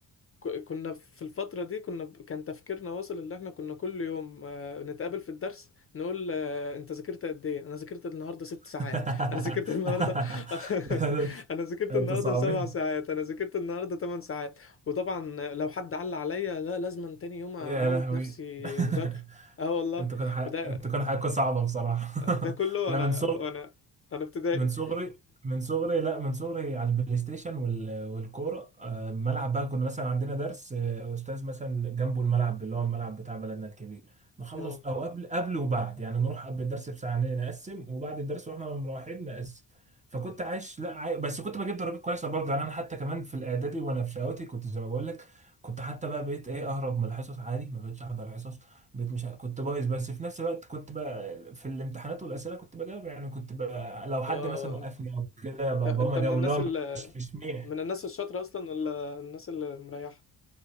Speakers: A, on the left; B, on the right.
A: ك... كنا في الفترة دي كنا ب- كان تفكيرنا واصل اللي احنا كنا كل يوم آه، نتقابل في الدرس نقول آه، انت ذاكرت قد ايه انا ذاكرت النهاردة ست
B: <laughs>
A: ساعات <laughs> انا ذاكرت النهاردة <laughs> انا ذاكرت
B: انت
A: النهاردة
B: صعبين
A: سبع ساعات انا ذاكرت النهاردة ثمان ساعات وطبعا لو حد علق عليا لا لازم تاني يوم اموت
B: يا لهوي
A: نفسي
B: <laughs>
A: مذاكرة اه والله
B: انتوا كان حق...
A: وده
B: انتوا كان حقكم صعبه بصراحه
A: ده
B: <laughs>
A: كله
B: انا
A: انا
B: من صغر
A: وانا انا ابتدائي
B: من صغري من صغري لا من صغري على البلاي ستيشن وال- والكوره آه، الملعب بقى كنا مثلا عندنا درس آه، استاذ مثلا جنبه الملعب اللي هو الملعب بتاع بلدنا الكبير
A: <laughs>
B: نخلص
A: اه
B: او قبل قبل وبعد يعني نروح قبل الدرس بساعه نقسم وبعد الدرس واحنا مروحين نقسم فكنت عايش لا عاي... بس كنت بجيب درجات كويسه برضه يعني انا حتى كمان في الاعدادي وانا في شهوتي كنت زي ما بقول لك كنت حتى بقى بقيت ايه اهرب من الحصص عادي ما بقتش احضر حصص بقيت مش ع- كنت بايظ بس في نفس الوقت كنت بقى في الامتحانات والاسئله كنت بجاوب يعني كنت بقى لو حد
A: اه
B: مثلا وقفني
A: انت
B: او كده ب-
A: انت
B: بقوم اجاوب
A: من الناس
B: اللي هو
A: اللي
B: مش مش مين
A: من الناس الشاطرة اصلا ولا الناس اللي مريحة